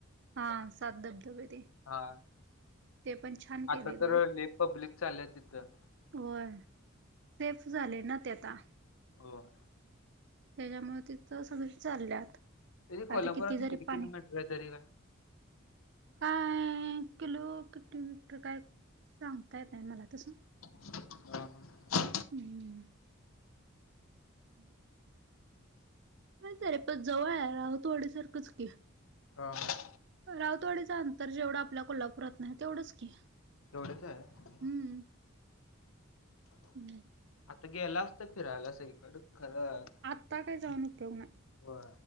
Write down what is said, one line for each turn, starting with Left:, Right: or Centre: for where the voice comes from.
Right: हा सात धबधबे ते.
Left: हा
Right: ते पण छान केले
Left: आता
Right: त्याने
Left: तर <unintelligible> पब्लिक चालल्या तिथं.
Right: होय सेफ्स झाले ना ते आता.
Left: हो.
Right: त्याच्यामुळ तिथ सगळी चालल्यात.
Left: तरी
Right: काय
Left: कोल्हापुरातून
Right: तर जरी
Left: किती किलोमीटर
Right: पाणी
Left: आहे तरी.
Right: काय. <inaudible> किलो किती मीटर काय सांगता येतय मला तस.
Left: <unintelligible>
Right: हम्म. <unintelligible> हम्म तरी पण जवळ राहतवाडीसारखंच की.
Left: अ्म.
Right: रावतवाडीचं अंतर जेवढं आपल्या कोल्हापुरात नाही तेवढंच की.
Left: तेवढेच आहे.
Right: हम्म. हम्म.
Left: आता गेला असत फिरायला सगळीकड खरं.
Right: आत्ता काय जाऊन उपयोग नाही.
Left: होय